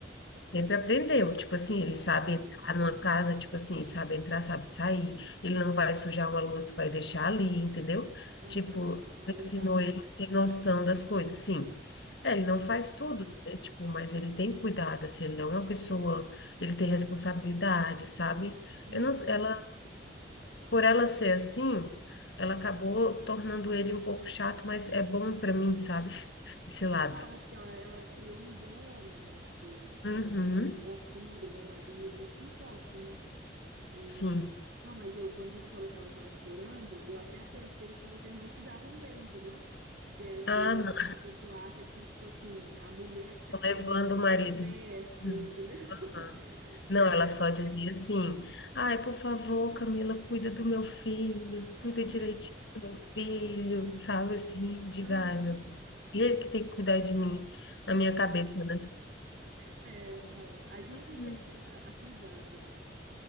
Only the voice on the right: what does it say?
sim,
aham,
ah, legal,
sim,
uhum.
Não,
lógico, ela, ela criou um bom homem, né? Tipo,
bom filho, bom marido, isso que importa, né? E.
Não, mas eu, quando você falou que ela tava chorando, eu até pensei que vocês não se davam bem, entendeu? Que às
vezes a, a pessoa acha que, tipo assim, a mulher que tá tirando
ele
de perto,
entendeu? <laughs>
É.
Ah,
aham.
É, não. A gente
que quer ser a cuidada, né?